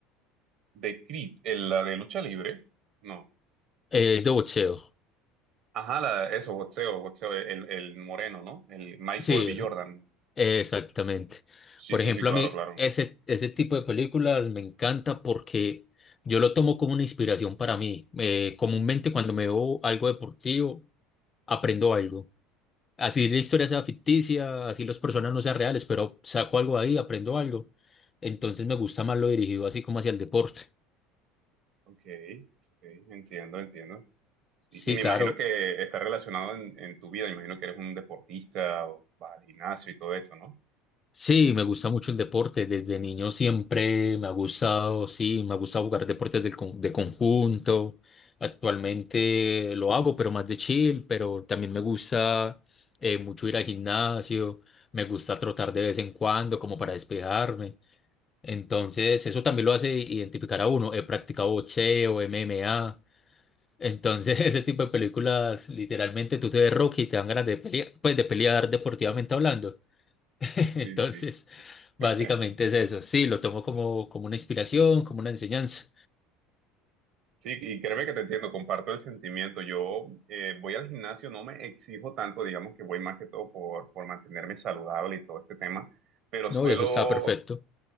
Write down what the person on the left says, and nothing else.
eh, es de boxeo.
Sí,
exactamente.
Por
ejemplo,
a mí
ese, ese tipo de películas me encanta porque yo lo tomo como una inspiración para mí. Eh, comúnmente cuando me veo algo deportivo, aprendo algo. Así la historia sea ficticia, así las personas no sean reales, pero saco algo ahí, aprendo algo. Entonces me gusta más lo dirigido así como hacia el deporte.
Sí,
claro.
Sí, me gusta mucho el deporte. Desde niño siempre me ha gustado, sí, me ha gustado jugar deportes del con- de conjunto. Actualmente lo hago, pero más de chill, pero también me gusta eh, mucho ir al gimnasio, me gusta trotar de vez en cuando como para despejarme. Entonces, eso también lo hace identificar a uno. He practicado boxeo, M M a Entonces, <laughs> ese tipo de películas, literalmente tú te ves Rocky y te dan ganas de pelear, pues de pelear deportivamente hablando. <laughs> Entonces,
básicamente
es eso. Sí, lo tomo como, como una inspiración, como una enseñanza.
No,
y eso está perfecto.